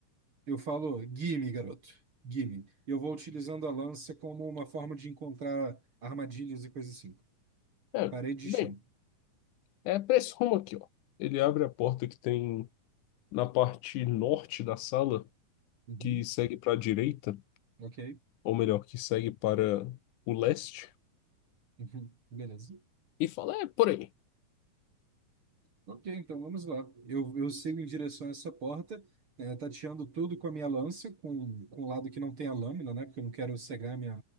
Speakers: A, on the right; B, on the left.
A: eu falo, gimme, garoto, gimme. E Eu vou utilizando a lança como uma forma de encontrar armadilhas e coisas assim.
B: É,
A: Parede
B: bem,
A: e chão.
B: é pra esse rumo aqui, ó. Ele abre a porta que tem na parte norte da sala,
A: Uhum,
B: que segue pra direita,
A: ok.
B: ou melhor, que segue para o leste,
A: Uhum, beleza.
B: e fala, é por aí.
A: Ok, então vamos lá. Eu, eu sigo em direção a essa porta, eh, tateando tudo com a minha lança, com, com o lado que não tem a lâmina, né? Porque eu não quero cegar minha,